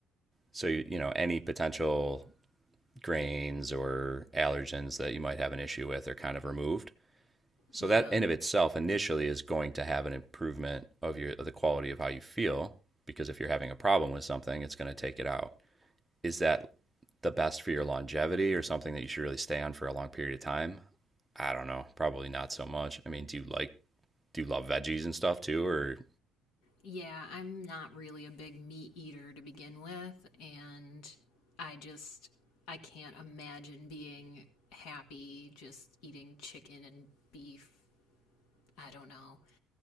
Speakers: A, in the centre; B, on the left.
A: So, you know, any potential grains or allergens that you might have an issue with are kind of removed. So
B: Yeah.
A: that in of itself initially is going to have an improvement of your of the quality of how you feel because if you're having a problem with something, it's going to take it out. Is that the best for your longevity or something that you should really stay on for a long period of time? I don't know. Probably not so much. I mean, do you like do you love veggies and stuff too, or
B: Yeah, I'm not really a big meat eater to begin with. And I just, I can't imagine being happy just eating chicken and beef. I don't know.